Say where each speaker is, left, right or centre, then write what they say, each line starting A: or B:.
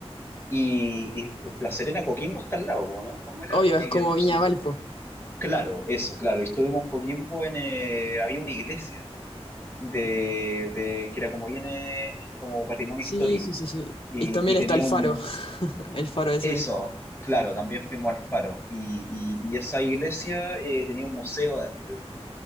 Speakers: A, on the left; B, on the left.
A: Y, y La Serena, Coquimbo está al lado, ¿no? ¿Cómo era?
B: Obvio,
A: Eh,
B: es como
A: que-
B: Viña Valpo.
A: claro, eso, claro. Y estuvimos Coquimbo en, eh, había una iglesia de, de que era como viene como patrimonio
B: Sí,
A: histórico.
B: sí, sí, sí.
A: Y,
B: Y también
A: y tenía
B: está el
A: un...
B: faro. <laughs> El faro ese.
A: Eso, claro, también fuimos al Faro. Y, y- y esa iglesia eh, tenía un museo dentro. igual.